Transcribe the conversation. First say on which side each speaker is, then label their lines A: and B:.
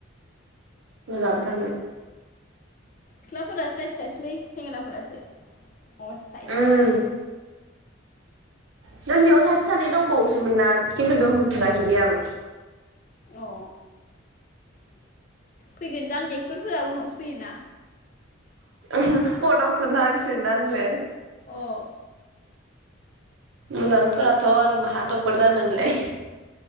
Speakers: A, on the right; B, on the left.
A: मोजांथारमोन
B: सिख्लाफोरा सायस जायसलै सेंग्राफोरासो अाइस
A: उम जोंनियाव सासे सानै दंबावोसोमोन ना खिन्थु बेयाव होथाराखै द आं
B: अ फैगोन जां आं एक्टरफोरा उनावसो फैयोना
A: <unintelligible>
B: अ
A: मोजांफोराथ' आरो माहाथप जानोनलाय